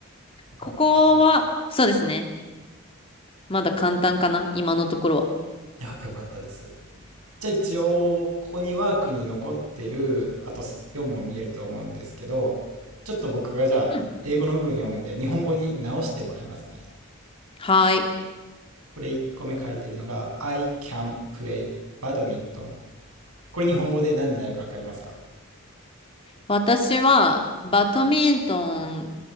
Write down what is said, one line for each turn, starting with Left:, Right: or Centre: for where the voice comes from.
Right: よかったです。
Left: ここは、そうですね。まだ簡単かな、今のところは。
Right: いや、よかったです。じゃあ一応、ここにワークに残ってる、あと4も見えると思うんですけど、ちょっと僕がじゃあ、
Left: うん。
Right: 英語の部分読むんで、日本語に直してもらいますね。
Left: はい。
Right: これ1個目書いてるのが、I can play badminton。これ日本語で何になるかわかりますか
Left: 私は、バドミントン